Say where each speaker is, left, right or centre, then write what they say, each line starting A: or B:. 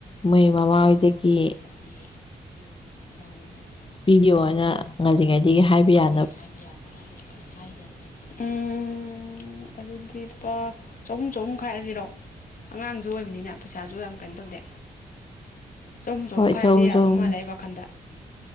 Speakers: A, on the left (about 35°); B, on the left (about 60°).
A: ꯃꯣꯏ ꯃꯃꯥ <unintelligible> ꯗꯒꯤ
B: ꯌꯦ <unintelligible>
A: ꯄꯤꯕꯤꯌꯣꯅ ꯉꯜꯂꯤꯉꯩꯗꯒꯤ ꯍꯥꯏꯕ ꯌꯥ
B: <unintelligible> ꯎꯝ ꯎꯝ ꯑꯗꯨꯗꯤ ꯂꯨꯄꯥ ꯆꯍꯨꯝ ꯆꯍꯨꯝ ꯈꯥꯏꯔꯖꯤꯔꯣ ꯑꯉꯥꯡꯖꯨ ꯑꯣꯏꯕꯅꯤꯅ ꯄꯩꯁꯥꯁꯨ ꯌꯥꯝ ꯀꯩꯟ ꯇꯧꯗꯦ ꯆꯍꯨꯝ ꯆꯍꯨꯝ
A: ꯍꯣꯏ
B: ꯈꯥꯏꯕꯗ ꯌꯥꯗꯧ
A: ꯆꯍꯨꯝ
B: ꯃꯥꯜꯂꯦ ꯑꯩ ꯋꯥꯈꯟꯗ